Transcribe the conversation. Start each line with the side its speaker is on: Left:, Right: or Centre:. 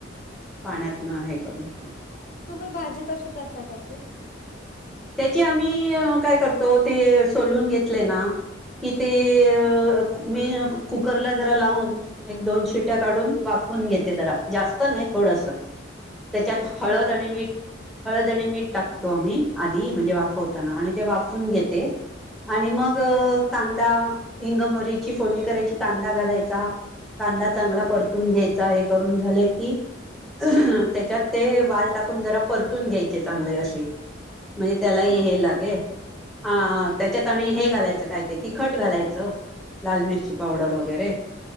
Centre: पाण्यात न हे करून ठेऊन.
Left: तुम्ही भाजी कशी करता त्याची?
Centre: त्याची आम्ही काय करतो? ते सोलून घेतले ना की ते अ
Left: हा
Centre: मी कुकरला जरा लावून, एक दोन शिट्या काढून वाफ वून घेते. जरा जास्त नाही थोडसच त्याच्यात हळद
Left: अच्छा
Centre: आणि मीठ हळद आणी मीठ टाकतो आम्ही. आधी म्हणजे वाफवताना आणि ते वाफून घेते आणि मग कांदा, हिंग, मीरा ची फोडणी करायची. कांदा घालायचा, कांदा चांगला परतून घ्याय चा हे करून झाले की त्याच्यात ते वाल टाकून जरा परतून घ्यायचे चांगले असे म्हणजे त्यालाही
Left: हा
Centre: हे
Left: हा
Centre: लागेल. हां त्याच्यात आणि हे घालायचं काय ते तिखट घालायचं लाल मिरची पावडर वगैरे.